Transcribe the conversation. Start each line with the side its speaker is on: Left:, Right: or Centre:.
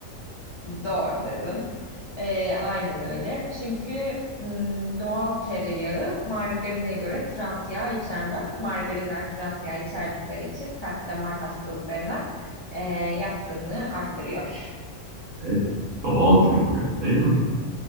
Left: doğru dedin. Ee, aynen öyle. Çünkü m, doğal tereyağı margarine göre trans yağ içermez. Margarinler trans yağ içerdikleri için kalp damar hastalıklarına e, yatkınlığı arttırıyor.
Right: Evet. Doğal çünkü. Değil mi?